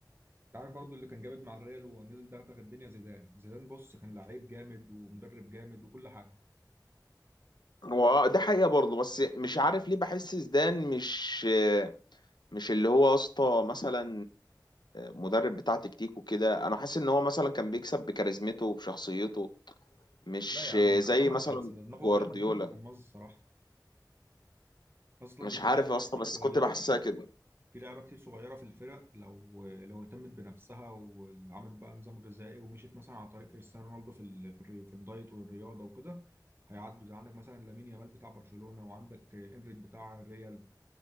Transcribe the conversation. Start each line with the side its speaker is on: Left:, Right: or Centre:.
Right: انت عارف برضه اللي كان جامد مع الريال ونزل دغدغ الدنيا زيدان زيدان بص كان لعيب جامد ومدرب جامد وكل حاجه
Left: هو آه، ده حقيقة برضه بس مش عارف ليه بحس زيدان مش مش اللي هو يا اسطى مثلا مدرب بتاع تكتيك وكده أنا حاسس إن هو مثلا كان بيكسب بكاريزمته وبشخصيته مش
Right: لا يا عم
Left: زي
Right: حرام
Left: مثلا
Right: عليك يا استاذ ده دماغه
Left: جوارديولا
Right: لا دماغه كانت الماظ الصراحه اصلا
Left: مش
Right: في
Left: عارف
Right: لعيبه
Left: يا اسطى
Right: كتير
Left: بس
Right: صغيره
Left: كنت بحسها كده
Right: في لعيبه كتير صغيره في الفرق لو لو اهتمت بنفسها وعملت بقى نظام غذائي ومشيت مثلا على طريق كريستيانو رونالدو في ال... في, الري... في الدايت والرياضه وكده هيعدوا زي عندك مثلا لامين يامال بتاع برشلونه وعندك انريك بتاع الريال